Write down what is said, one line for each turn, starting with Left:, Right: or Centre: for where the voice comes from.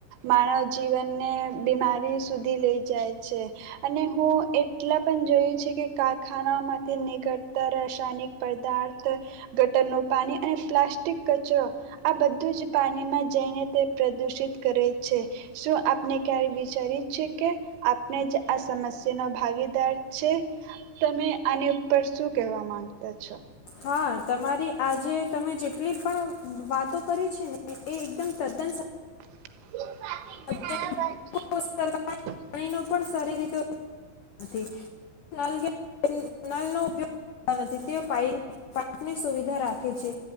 Right: માનવ જીવનને બીમારી સુધી લઈ જાય છે અને હું એટલા પણ જોયું છે કે કારખાનાઓમાંથી નીક કરતા રાસાયણિક પદાર્થ ગટરનુંું પાણી અને પ્લાસ્ટિક કચરો આ બધું જ પાણીમાં જઈને તે પ્રદુષિત કરે છે શું આપણે ક્યારે વિચારી છે કે આપણે જ આ સમસ્યાનો ભાગીદાર છે તમે આને પર શું કહેવા માંગતા છો.
Left: હા. તમારી આજે તમે જેટલી પણ વાતો કરી છે ને એ એકદમ તદ્દન
Right: બના
Left: સાચી છે.
Right: <unintelligible>
Left: કોઈ સરકાર પાણીનો પણ સારી રીતે <unintelligible> ગ નથી નલ કે નલનો ઉપયોગ નથી. તેઓ પાઇપની સુવિધા રાખશે.